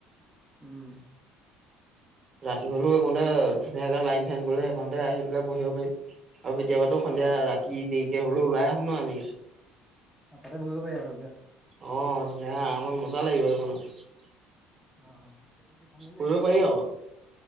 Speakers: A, in the centre; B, on the right.
A: উম।
B: ৰাতি হলেও তাতে ধুনীয়াকে লাইন চাইন গলে সেইখনতে আহি পেলাই বহিব পাৰি। আৰু কেতিয়াবাতো সন্ধিয়া
A: অ
B: ৰাতি দেৰিকে হলেও ওলাই আহো ন আমি।
A: তাতে বহিব পাৰিব ভালকে।
B: আহ ধুনীয়া আৰামত মজা লাগিব সেইখনত।
A: অ ভালেই
B: কৰিব পাৰি আকৌ